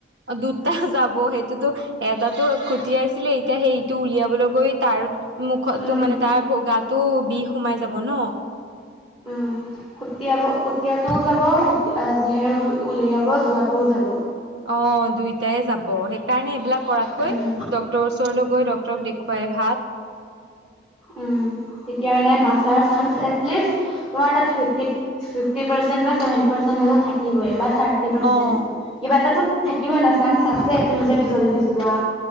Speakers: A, on the right; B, in the centre.
A: দুটা যাব সে টো এটাতো খুটিয়াইছিলে, এতিয়া সেই ইটো উলিয়াবলৈ গৈ তাৰ মুখতো
B: উম
A: মানে তাৰ গাটো বিষ সোমাই যাব ন।
B: উম। খুটিয়াব খুটিয়াতটোও যাব, জেহেৰ উলিয়াব যোৱাটোও যাব।
A: অৱ', দুইটাই যাব, সেইকাৰণে এইবিলাক কৰাতকৈ
B: উম
A: ডক্টৰৰ ওচৰলৈ গৈ ডক্তৰ ডক্টৰক দেখুৱাই ভাল।
B: উম তেতিয়া মানে বাচাৰ চানস এটলিষ্ট তোমাৰ তাত ফিফটি-ফিফটি পাৰ্চেন্ত বা ছেভেনটি পৰ্চেন্ত হলো থাকিবই। বা থাৰ্টি পাৰ্চেণ্ট।
A: অ',
B: কিবা এটা টো থাকিবই ন চাঞ্চ আছে তুমি যদি জল্দি যোৱা